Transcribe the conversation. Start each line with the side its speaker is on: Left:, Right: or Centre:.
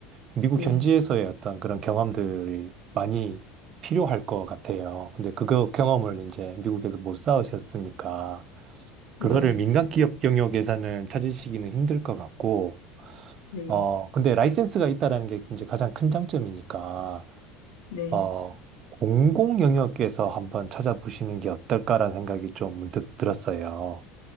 Right: 미국
Left: 네.
Right: 현지에서의 어떤 그런 경험들이 많이 필요할 것 같아요. 근데 그거 경험을 이제 미국에서 못 쌓으셨으니까
Left: 네.
Right: 그거를 민간 기업 영역에서는 찾으시기는 힘들 것 같고
Left: 네.
Right: 어, 근데 라이센스가 있다라는 게 이제 가장 큰 장점이니까,
Left: 네.
Right: 어, 공공 영역에서 한번 찾아보시는 게 어떨까라는 생각이 좀 문득 들었어요.